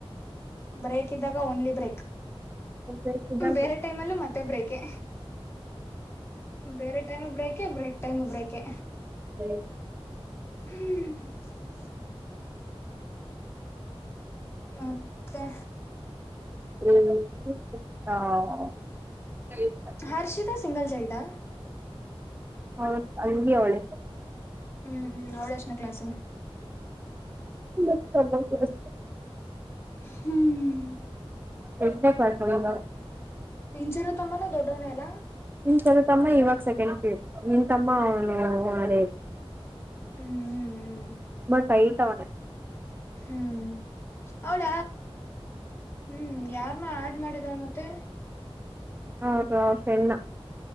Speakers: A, on the left; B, on the right.
A: ಬ್ರೇಕ್ ಇದ್ದಾಗ ಓನ್ಲಿ ಬ್ರೇಕ್.
B: ಬೇಕಿದ್ದಾಗ
A: ಬೇರೆ ಟೈಮಲ್ಲೂ ಮತ್ತೆ ಬ್ರೇಕೆ. ಬೇರೆ ಟೈಮ್ ಬ್ರೇಕೇ ಬ್ರೇಕ್ ಟೈಮು ಬ್ರೇಕೆ.
B: ಹಲೋ.
A: ಹ್ಮ್. ಮತ್ತೆ.
B: <unintelligible>
A: Harshita single child.
B: ಅವರ ತಂಗಿ ಅವಳೇ.
A: ಹ್ಮ್ ಹ್ಮ್ ಅವಳ ಎಸ್ಟ್ನೆ ಕ್ಲಾಸು.
B: <unintelligible>
A: ಹ್ಮ್
B: ಎಷ್ಟೇ ಕ್ಲಾಸ್ ಹೇಳೋದ್
A: ಇಂಚರಾ ತಮ್ಮನು ದೊಡ್ಡವನೆ ಅಲ್ಲ
B: ನನ್ನ ತಮ್ಮ ಇವಾಗ ಸೆಕೆಂಡ್ ಪಿಯು ನಿನ್ ತಮ್ಮ ಅವನು ಅದೇ
A: ಹ್ಮ್ ಹ್ಮ್
B: ಬಟ್ ಹೈಟ್ ಅವ್ನೆ.
A: ಹ್ಮ್ ಅವಳ. ಹ್ಮ್ ಯಾರ್ನ ಆಡ್ ಮಾಡಿದ್ದಾರೆ ಅಂತೇ
B: ಹೌದು ಅವಫ್ರೆಲ್ಲ